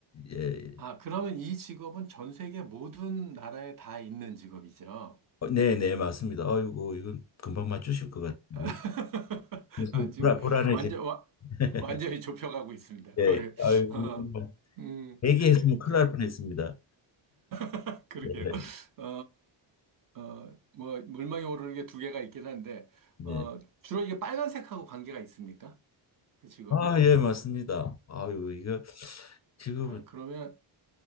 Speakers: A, on the left; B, on the right.
A: 예.
B: 아, 그러면 이 직업은 전 세계 모든 나라에 다 있는 직업이죠.
A: 어, 네, 네, 맞습니다. 아이고, 이건 금방 맞추실 것 같은데.
B: <laughs>
A: 벌써
B: 아, 지금
A: 불안, 불안해지네.
B: 완전, 와,
A: <laughs>
B: 완전히 좁혀가고 있습니다. <laughs>
A: 예, 아이고,
B: 어,
A: 이건
B: 음,
A: 얘기했으면 큰일
B: 그러,
A: 날 뻔했습니다.
B: <laughs> 그러게요.
A: 네,
B: 어, 어, 뭐, 물망에 오르는 게 두 개가 있긴 한데,
A: 네.
B: 어, 주로 이게 빨간색하고 관계가 있습니까? 그 직업이?
A: 아, 예, 맞습니다. 아이고, 이거 지금
B: 다, 그러면